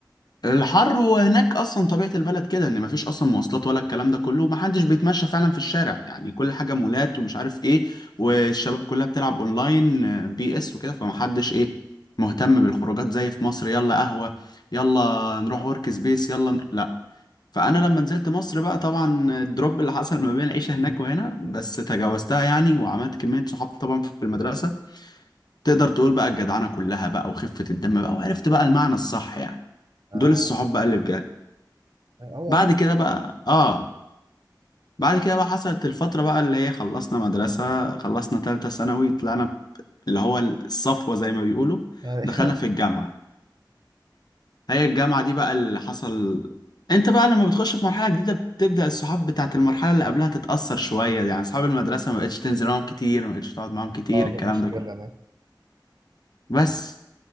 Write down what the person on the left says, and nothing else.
الحر وهناك اصلا طبيعه البلد كده ان مفيش اصلا مواصلات ولا الكلام ده كله ومحدش بيتمشى فعلا في الشارع يعني كل حاجه مولات ومش عارف ايه والشباب كلها بتلعب اونلاين آه، بي اس وكده فمحدش ايه مهتم بالخروجات زي في مصر يلا قهوه يلا نروح ورك سبيس يلا ن- لا فانا لما نزلت مصر بقى طبعا الدروب اللي حصل ما بين العيشه هناك
وهنا بس تجاوزتها يعني وعملت كميه صحاب طبعا في المدرسه تقدر تقول بقى الجدعنة كلها بقى وخفة الدم بقى وعرفت بقى المعنى الصح يعني
دول الصحاب بقى اللي بجد
بعد
كده بقى اه بعد كده بقى حصلت الفترة بقى اللي هي خلصنا مدرسة خلصنا تالتة ثانوي طلعنا اللي هو الصفوة زي ما بيقولوا
دخلنا في الجامعة هي الجامعة دي بقى اللي حصل انت بقى لما بتخش في مرحلة جديدة بتبدأ الصحاب بتاعت المرحلة اللي قبلها تتأثر شوية يعني أصحاب المدرسة ما بقتش تنزل معاهم كتير ما بقتش تقعد معاهم كتير
الكلام
ده كله
بس